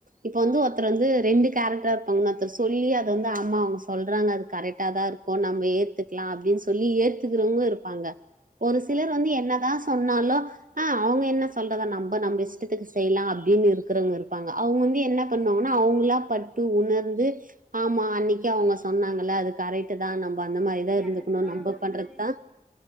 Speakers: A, on the right; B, in the centre.
A: இப்ப வந்து ஒருத்தர் வந்து ரெண்டு கேரக்ட்ரா இருப்பாங்க இன்னோர்த்தர் சொல்லி அத வந்து அம்மா அவுங்க சொல்றாங்க அது கரெக்டா தா இரு க்கு நம்ப ஏத்துக்லா அப்டின் சொல்லி ஏத்துக்கிறவங்க இருப்பாங்க ஒரு சிலர்
B: ஆமா
A: வந்து என்னதா சொன்னாலு அ அவுங்க என்ன சொல்றதா நம்ப நம்ப இஷ்டத்துக்கு செய்யலா அப்டினு இருக்கிறவங்க இருப்பாங்க அவுங்வந்து என்ன பண்ணுவாங்ன்னா அவுங்களா பட்டு உணர்ந்து ஆமா அன்னிக்கே அவுங்க சொன்னாங்கல அது கரெட் டுதா நம்ப அந்த மாரிதா இருந்துக்ணு
B: எனக்கெல்லா
A: நம்ப
B: வந்து
A: பண்றத்தா